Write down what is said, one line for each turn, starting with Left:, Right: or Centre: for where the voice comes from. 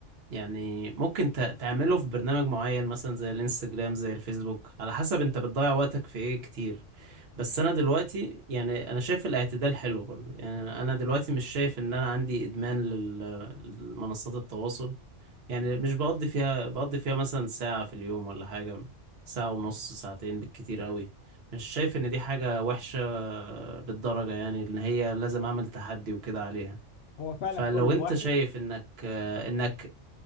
Right: يعني ممكن ت- تعمله في برنامج معين مثلا زي الانستجرام زي الفيسبوك على حسب انت بتضيع وقتك في ايه كتير بس انا دلوقتي يعني انا شايف الاعتدال حلو برضو يعني انا دلوقتي مش شايف ان انا عندي ادمان لل- لمنصات التواصل يعني مش بقضي فيها بقضي فيها مثلا ساعة في اليوم ولا حاجة ساعة ونص ساعتين بالكتير قوي مش شايف ان دي حاجة وحشة بالدرجة يعني ان هي لازم اعمل تحدي وكده عليها
Left: هو فعلا
Right: فلو
Left: كل
Right: انت
Left: واحد
Right: شايف انك انك